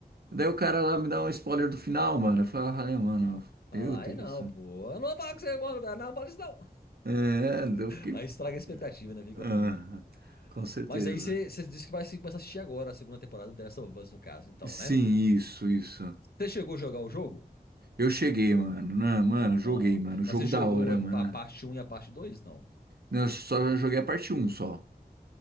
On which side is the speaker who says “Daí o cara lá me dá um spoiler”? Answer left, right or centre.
Right